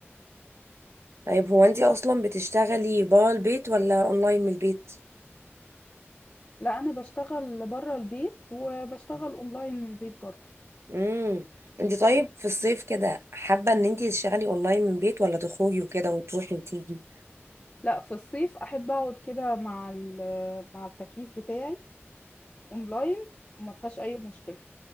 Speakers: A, on the right (about 70°); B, on the left (about 25°).
A: طيب هو انت اصلا بتشتغلي برا البيت ولا اونلاين من البيت
B: لا انا بشتغل بره البيت وبشتغل اونلاين من البيت برضه
A: امم انت طيب في الصيف كده حابه ان انت تشتغلي اونلاين من البيت ولا تخرجي وكده وتروحي وتيجي
B: لا في الصيف احب اقعد كده مع ال- مع التكييف بتاعي اونلاين وما فيهاش اي مشكله